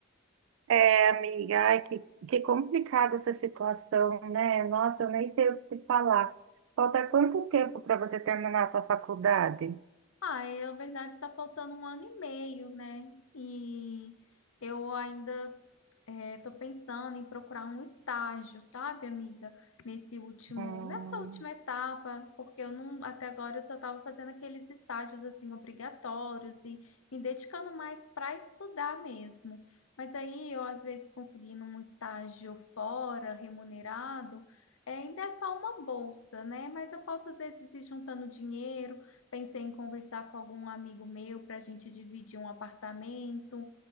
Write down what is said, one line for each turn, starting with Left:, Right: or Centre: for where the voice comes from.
Right: É, amiga, ai, que, que complicada essa situação, né? Nossa, eu nem sei o que te falar. Falta quanto tempo para você terminar a sua faculdade?
Left: Ai, a verdade está faltando um ano e meio, né? E eu ainda estou pensando em procurar um estágio, sabe, amiga? Nesse último,
Right: Hum,
Left: nessa última etapa, porque eu não, até agora eu só estava fazendo aqueles estágios assim obrigatórios e me dedicando mais para estudar mesmo. Mas aí eu às vezes conseguindo um estágio fora, remunerado, é, ainda é só uma bolsa, né? Mas eu posso às vezes ir juntando dinheiro Pensei em conversar com algum amigo meu para a gente dividir um apartamento